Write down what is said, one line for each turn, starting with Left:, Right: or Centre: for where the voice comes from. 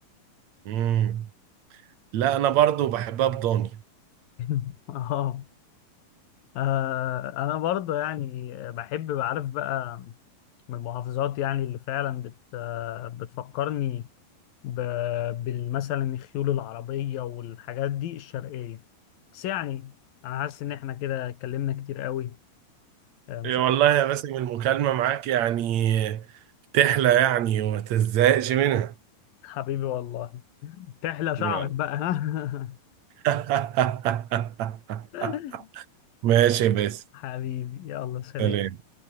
Right: مم. لا انا برضو بحبها بضاني
Left: <laughs> اه آه، انا برضه يعني بحب بعرف بقى من المحافظات يعني اللي فعلا بت آه، بتفكرني ب- بالمثلا الخيول العربيه والحاجات دي الشرقيه بس يعني انا حاسس ان احنا كده اتكلمنا كتير قوي آه، مش
Right: يا
Left: عارف
Right: والله يا باسم المكالمة معاك يعني تحلى يعني وما تزهقش منها
Left: حبيبي والله تحلى شعرك
Right: يلا
Left: بقى ها
Right: <laughs>
Left: <laughs>
Right: ماشي يا باسم
Left: حبيبي يلا سلام
Right: سلام